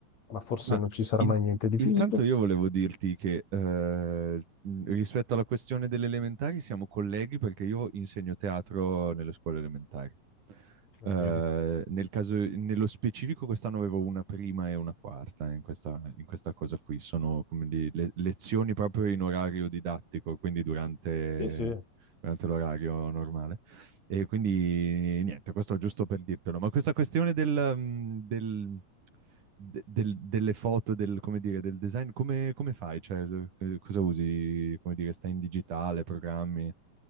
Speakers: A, on the left; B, on the right.
A: ma forse
B: Ma
A: non ci sarà
B: in-
A: mai niente di
B: intanto
A: fisico.
B: io volevo dirti che eh, mh, rispetto alla questione delle elementari siamo colleghi perché io insegno teatro nelle scuole elementari.
A: Ah,
B: Eh,
A: vedi.
B: nel caso, nello specifico quest'anno avevo una prima e una quarta in questa, in questa cosa qui. Sono come di- le- lezioni proprio in orario didattico, quindi durante
A: Sì, sì.
B: durante l'orario normale. E quindi niente, questo giusto per dirtelo, ma questa questione del, mm, del- de- del- delle foto, del, come dire, del design, come, come fai? Cioè, eh, cosa usi? Come dire, stai in digitale, programmi?